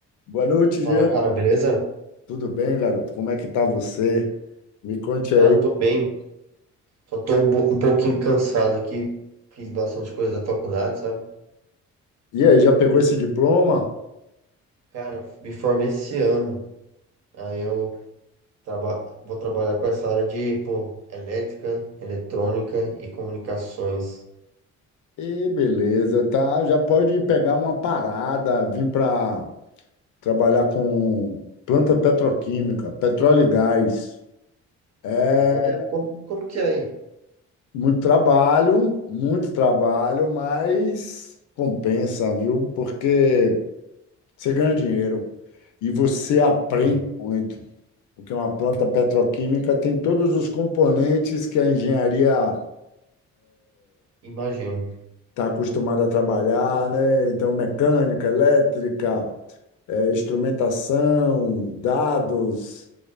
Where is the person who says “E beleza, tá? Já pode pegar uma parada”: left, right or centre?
Left